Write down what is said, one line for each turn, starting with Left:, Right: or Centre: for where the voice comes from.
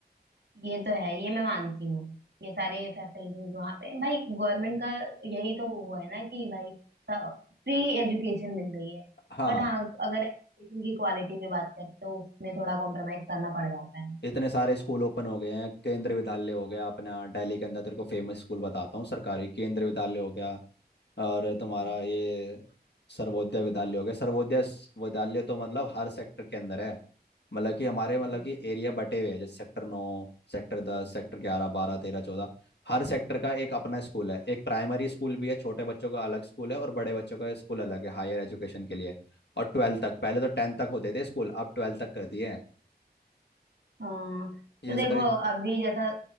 Right: ये तो है ये मैं मानती हूँ ये सारे फैसिलिटीज वहां पे हैं। भाई गवर्नमेंट का यही तो वो है ना कि भाई फ्री एजुकेशन मिल रही है
Left: हाँ
Right: बट हाँ अगर एजुकेशन की क्वालिटी पे बात करें तो उसमें थोड़ा कॉम्प्रोमाइज करना पड़ जाता है
Left: इतने सारे स्कूल ओपन हो गए हैं केंद्रीय विद्यालय हो गया अपना दिल्ली के अंदर तेरे को फेमस स्कूल बताता हूँ सरकारी केंद्रीय विद्यालय हो गया और तुम्हारा
Right: हम्म
Left: ये सर्वोदय विद्यालय हो गया सर्वोदय स- विद्यालय तो मतलब हर सेक्टर के अंदर है मतलब कि हमारे
Right: हम्म।
Left: मतलब कि एरिया बटे हुए हैं जैसे सेक्टर नौ सेक्टर दस सेक्टर ग्यारह बारह तेरह चौदह हर सेक्टर का एक अपना स्कूल है एक प्राइमरी स्कूल भी है छोटे बच्चों का अलग स्कूल है और बड़े बच्चों का स्कूल अलग है हायर एजुकेशन के लिए और ट्वेल्थ तक पहले तो टेंथ तक होते थे स्कूल अब ट्वेल्थ तक कर दिए हैं
Right: हाँ
Left: ये
Right: तो देखो
Left: सारे
Right: अभी जैसा